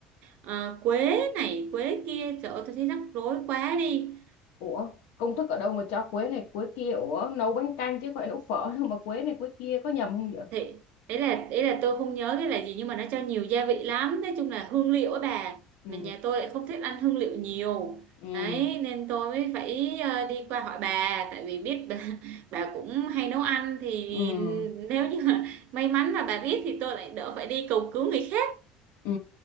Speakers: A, on the right (about 60°); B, on the left (about 75°).
A: ờ, quế này quế kia trời ơi tôi thấy rắc rối quá đi
B: Ủa công thức ở đâu mà cho quế này quế kia Ủa nấu bánh canh chứ gọi nấu phở đâu mà quế này quế kia có nhầm không vậy
A: thì ý là ý là tôi không nhớ cái là gì nhưng mà nó cho nhiều gia vị lắm nói chung là hương liệu á bà
B: ừ,
A: mà nhà tôi lại không thích ăn hương liệu nhiều
B: ừ,
A: đấy nên tôi mới phải ờ, đi qua hỏi bà tại vì biết bà, <laughs> bà cũng hay nấu ăn thì
B: ừ,
A: nếu như mà may mắn mà bà biết thì tôi lại đỡ phải đi cầu cứu người khác
B: ừ.